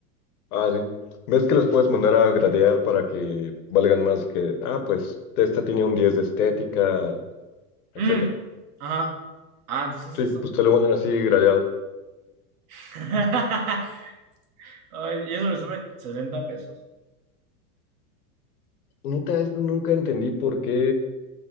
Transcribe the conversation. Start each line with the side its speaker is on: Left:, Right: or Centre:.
Left: Ah, sí. ¿Ves que las puedes mandar a gradear para que valgan más que, ah, pues esta tiene un 10 de estética,
Right: Mm,
Left: etcétera?
Right: ajá. Ah, entonces
Left: Sí,
Right: es eso.
Left: pues te lo mandan así gradeado.
Right: <laughs> Ay, y eso le sube 60 pesos.
Left: Neta, eso nunca entendí por qué